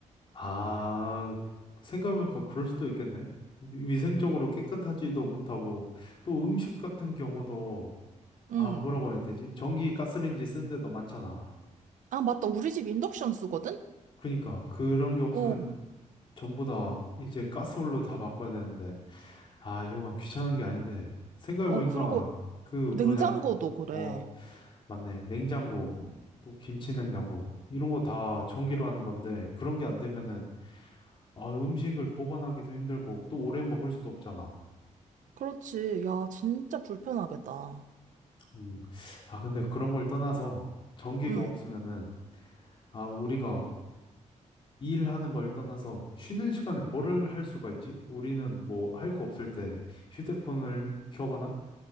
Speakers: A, on the left; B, on the right.
A: 아 생각해보니까 그럴 수도 있겠네. 위- 위생적으로 깨끗하지도 못하고 또 음식 같은 경우도 아
B: 응.
A: 뭐라고 해야 되지? 전기 가스레인지 쓰는 데도 많잖아.
B: 아, 맞다. 우리 집 인덕션 쓰거든?
A: 그니까 그런 게 없으면
B: 어.
A: 전부 다 이제 가스불로 다 바꿔야 되는데, 아, 이거만 귀찮은 게 아닌데, 생각해보니까,
B: 어, 그리고
A: 그,
B: 냉장고도
A: 뭐냐,
B: 그래.
A: 어, 맞네. 냉장고, 또 김치 냉장고, 이런 거 다 전기로 하는 건데, 그런 게 안 되면은, 아, 음식을 보관하기도 힘들고, 또 오래 먹을 수도 없잖아.
B: 그렇지. 야, 진짜 불편하겠다.
A: 음. 아, 근데 그런 걸 떠나서, 전기가
B: 응.
A: 없으면은, 아, 우리가 일하는 걸 떠나서, 쉬는 시간에 뭐를 할 수가 있지? 우리는 뭐, 할 거 없을 때, 휴대폰을 켜거나,